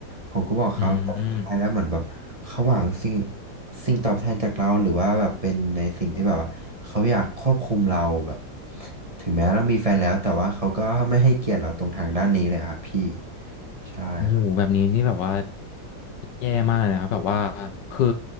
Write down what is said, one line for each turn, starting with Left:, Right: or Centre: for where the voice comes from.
Right: ผมก็บอกเขาแต่สุดท้ายแล้วเหมือนแบบเขาหวังสิ่ง
Left: อืม
Right: สิ่งตอบแทนจากเราหรือว่าแบบเป็นในสิ่งที่แบบว่าเขาอยากควบคุมเราแบบถึงแม้เรามีแฟนแล้วแต่ว่าเขาก็ไม่ให้เกียรติเราตรงทางด้านนี้เลยครับพี่ใช่ครับ
Left: โอ้โหแบบนี้นี่แบบว่าแย่มากเลยนะครับแบบว่าคือ